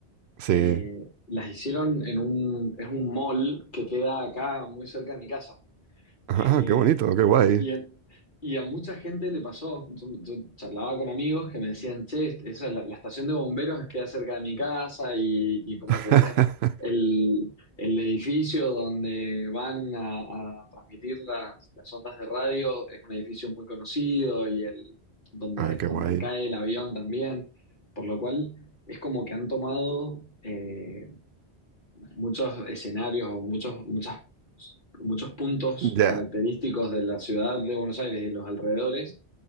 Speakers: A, on the right; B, on the left.
A: sí.
B: eh, las hicieron en un, es un mall que queda acá muy cerca de mi casa.
A: Ah,
B: Eh,
A: qué bonito, qué guay.
B: y, en- y a mucha gente le pasó. Yo, yo charlaba con amigos que me decían, che, esa es la, la estación de bomberos queda cerca de mi casa y, y como
A: <laughs>
B: que dicen el, el edificio donde van a, a transmitir las, las ondas de radio es un edificio muy conocido y el, donde,
A: Ah, qué
B: donde
A: guay.
B: cae el avión también, por lo cual es como que han tomado... eh, muchos escenarios o muchos, muchas muchos puntos
A: Ya,
B: característicos de la ciudad de Buenos Aires y los alrededores